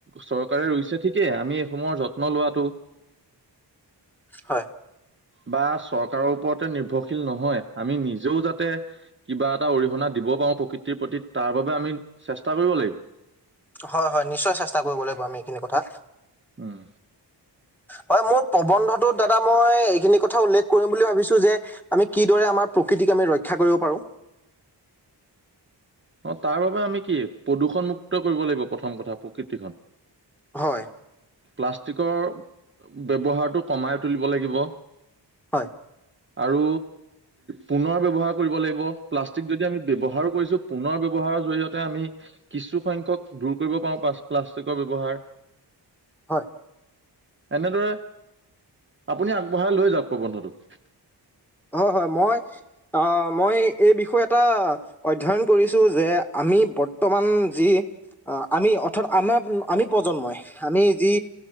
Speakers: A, on the right (about 25°); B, in the centre.
A: চৰকাৰে ৰুইছে ঠিক। থিকে আমি এইসময়ৰ যত্ন লোৱাটো।
B: হয়।
A: বা চৰকাৰৰ ওপৰতে নিৰ্ভৰশীল নহয় আমি নিজেও যাতে কিবা এটা অৰিহণা দিব পাৰো প্ৰকৃতিৰ প্ৰতি তাৰ বাবে আমি চেষ্টা কৰিব লাগিব।
B: হয় হয় নিশ্চয় চেষ্টা কৰিব লাগিব আমি এইখিনি কথা।
A: উম।
B: হয় মোৰ প্ৰবন্ধটোত দাদা মই এইখিনি কথা উল্লেখ কৰিম বুলি ভাবিছো, যে আমি কিদৰে আমাৰ প্ৰকৃতিক আমি ৰক্ষা কৰিব পাৰো।
A: অ তাৰ বাবোবে আমি কি প্ৰদূষণমুক্ত কৰিব লাগিব প্ৰথম কথা প্ৰকৃতিখন।
B: হয়।
A: প্লাষ্টিকৰ ব্যৱহাৰটো কমাই তুলিব লাগিব
B: হয়।
A: আৰু পুনৰ ব্যৱহাৰ কৰিব লাগিব প্লাষ্টিক যদি আমি ব্যৱহাৰো কৰিছো পুনৰ ব্যৱহাৰৰ জৰিয়তে আমি কিছু সংখ্যক দূৰ কৰিব পাৰো পা প্লাষ্টিকৰ ব্যৱ্হাৰ
B: হয়।
A: এনেদৰে আপুনি আগবঢ়াই লৈ যাওঁক প্ৰবন্ধটোক
B: হয় হয় মই আহ মই এই বিষয় এটা অধ্যয়ন কৰিছো যে আমি বৰ্তমান যি আমি অৰ্থাৎ আমাৰ আমি প্ৰজন্মই আমি যি